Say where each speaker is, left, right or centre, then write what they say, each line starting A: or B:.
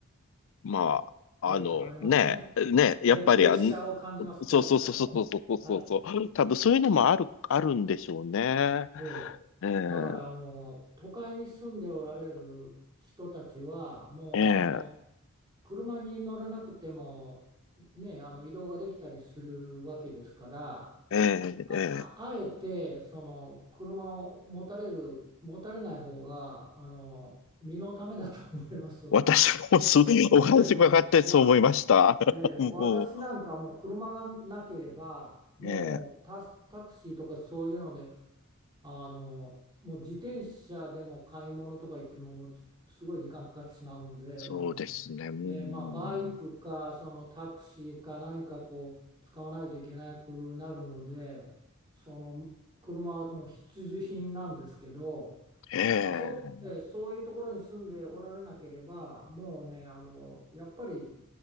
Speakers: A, on the left; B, on the right.
A: まあ、
B: ええありますね。
A: あの、ね、ね、やっぱり、
B: プレ、プレッシャーを感じます、
A: あん、そうそうそうそうそうそうそうそう、
B: プレッシャーを。はい。
A: 多分そういうのもある、あるんでしょうね。
B: ええ、
A: ええ
B: だからあの都会に住んでおられる人たちはもうあの
A: え
B: 車に乗らなくてもねあの移動ができたりするわけですから
A: えええええ
B: あ、あ、あえてその車を持たれる持たれない方があの身のためだと思いますので、
A: 私もそう、
B: わええ、
A: <laughs> お話伺ってそう思いました。
B: おわ
A: <laughs>
B: ええ、
A: も
B: 私なんかもう車がなければもうタス、
A: う、ええ、
B: タクシーとかそういうのであの、もう自転車でも買い物とか行っても、もうつすごい時間かかってしまうので、
A: そうですね。
B: まあ、あの、
A: うん、
B: えーまあ、バイクかそのタクシーか何かこう使わないといけなくなるので、その車はもう必需品なんですけど、
A: え
B: まあそう、えーそういうところに住んでおられなければ、もうね、あの、やっぱり